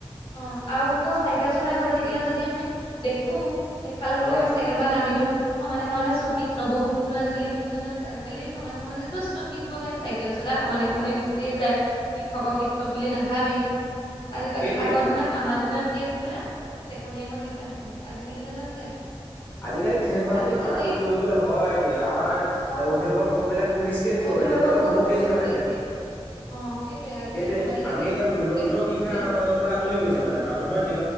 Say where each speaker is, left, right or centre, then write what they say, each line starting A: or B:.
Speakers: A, on the left; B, on the left.
A: অ আৰু আকৌ চাইকেল চলাই গৈ থাকিলে যদি আমি দেখো দেখাৰ লগে
B: হয়
A: লগে আমি চাইকেল পা নামি দিওঁ সমানে সমানে চকীত নবহো কিন্তু আজিকালি সেই বোৰ জানো আছে আজিকালি সমানে সমানেতো চকীত বহে চাইকেল চলাই সমানে সমানে গুচিয়ে যায় শিক্ষকক শিক্ষক বুলি নাভাবেই আজিকালি
B: সেইটোৱে
A: আগৰ দিনত
B: আ-
A: আমাৰ দিনত কি আছিলে চেকনি আগত নেওতা আছিলে, আজিকালি জানোঁ আছে?
B: আজিকালি তেনেকুৱা
A: আজিকালি
B: যদি মাৰপিট কৰিবলৈ হয়, আমাৰ
A: অ
B: অভিভাৱক গৈ পেলাই পুলিচ কেছ দিবগে,
A: অভিভাৱক
B: তেনেকুৱাতো
A: গৈ
B: বহুত কেছ
A: পুলিচ
B: ওলাই
A: কেচ
B: থাকে।
A: দিয়ে অ সেইটোয়ে আজিকালি
B: সেইটোৱে
A: মোবাইলতে
B: আমি
A: তেনেকুৱা
B: এতিয়া
A: বহুত
B: মূল্যবোধৰ
A: কেচ
B: শিক্ষা
A: হেৰি
B: আমাৰ মাজৰ পৰা আঁতৰি গৈছে মানে মানুহৰ জীৱন